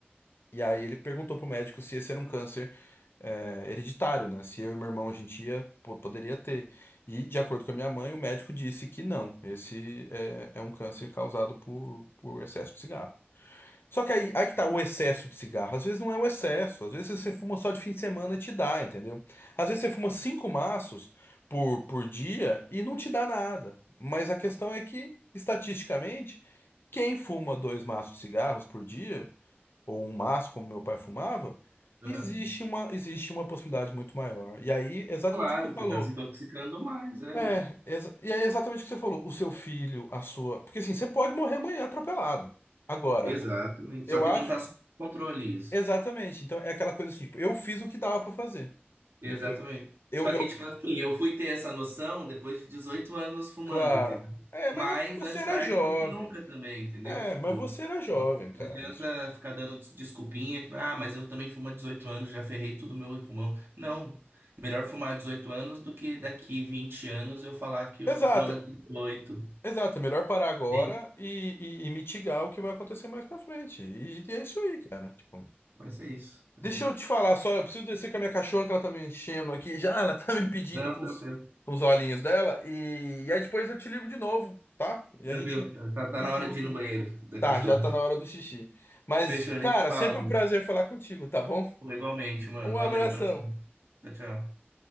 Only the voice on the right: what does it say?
Aham.
Claro,
você está se intoxicando mais, é.
Exatamente.
Só que
não está sob controle isso.
Exatamente.
Só
que, tipo assim, eu fui ter essa noção depois de 18 anos fumando,
entendeu?
Mas
antes
tarde
do que nunca também, entendeu?
Tipo,
não
adianta
ficar dando desculpinha, tipo, ah, mas eu também fumo há 18 anos, já ferrei tudo meu pulmão. Não, melhor fumar há 18 anos do que daqui 20 anos eu falar que eu
tô fumando há 38.
É isso.
Mas é isso.
é.
Não,
tranquilo.
Tranquilo.
Tá, tá
na hora de
ir no banheiro da
cachorra.
Fechou, a gente
fala,
mano.
Igualmente, mano.
Valeu,
abração. Tchau, tchau.